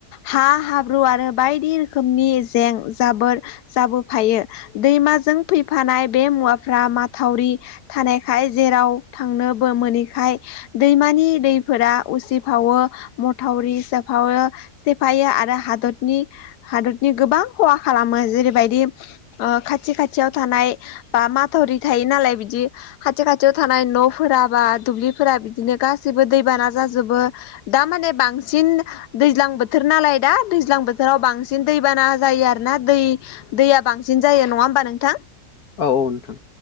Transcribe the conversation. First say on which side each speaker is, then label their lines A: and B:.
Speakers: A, on the left; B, on the left.
A: हा हाब्रु आरो बायदि रोखोमनि जें जाबोर जाबोफायो दैमाजों फैफानाय बे मुवाफ्रा माथावरि थानायखाय जेराव थांनोबो मोनैखाय दैमानि दैफोरा उसिफावो मथावरि सफावो सेफायो आरो हादरनि हादरनि गोबां खहा खालामो जेरैबायदि खाथि खाथियाव थानाय बा माथरि थायो नालाय बिदि खाथि खाथियाव थानाय न'फोरा बा दुब्लिफोरा बिदिनो गासैबो दैबाना जाजोबो दा माने बांसिन दैज्लां बोथोर नालाय दा दैज्लां बोथोराव बांसिन दैबाना जायो आरोोना दै दैया बांसिन जायो नङा होमबा नोंथां
B: औ औ नोंथां